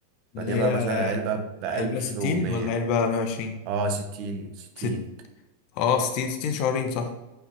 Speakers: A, on the left; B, on the right.
A: اللي
B: بجيبها
A: هي
B: مثلا علبة بألف
A: علبة 60
B: ومية
A: ولا علبة 120
B: اه ستين ستين
A: ست اه 60 60 شهرين صح